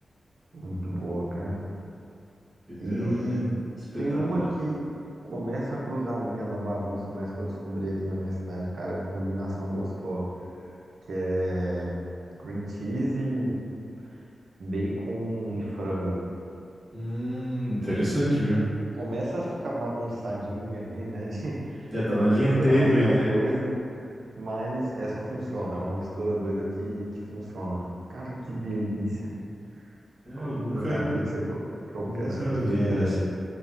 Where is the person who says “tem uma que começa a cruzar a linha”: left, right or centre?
Right